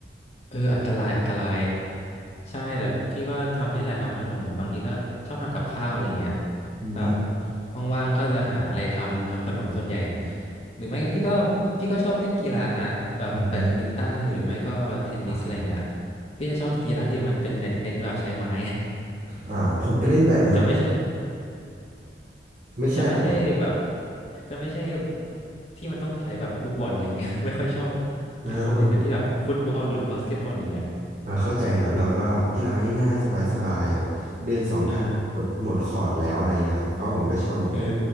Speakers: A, on the left; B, on the right.
A: เอออันตรายอันตรายใช่แต่พี่ก็ทำเนี่ยแหละทำขนมบางทีก็ชอบทำกับข้าวอะไรเงี้ย
B: อืม
A: แบบว่างๆก็จะหาอะไรทำทำขนมส่วนใหญ่หรือไม่ก็พี่ก็พี่ก็ชอบเล่นกีฬานะแบบแบดมินตันหรือไม่ก็เทนนิสอะไรเงี้ย
B: อืมอ่า
A: พี่จะชอบกีฬาที่มันเป็นเน้นเน้นแบบใช้ไม้
B: อ่าผมก็เล่นแบดนะครับ
A: <laughs> จะไม่ใช่
B: ไม่ใช่อะไรอ่ะ
A: จะไม่ใช่แบบจะไม่ใช่ที่มันต้องใช้แบบลูกบอลอะไรเงี้ยไม่ค่อยชอบ
B: <laughs>
A: กีฬาประเภทนั้นที่แบบฟุตบอลหรือว่าบาสเกตบอลอย่างเงี้ย
B: อ่าเข้าใจครับเราก็กีฬาง่ายๆสบายๆแบบเดือนสองเก้าวหมดหมดคอร์ดแล้วอะไรอย่างเงี้ยครับเพราะผมก็ชอบเหมือนกัน
A: ใช่ เออ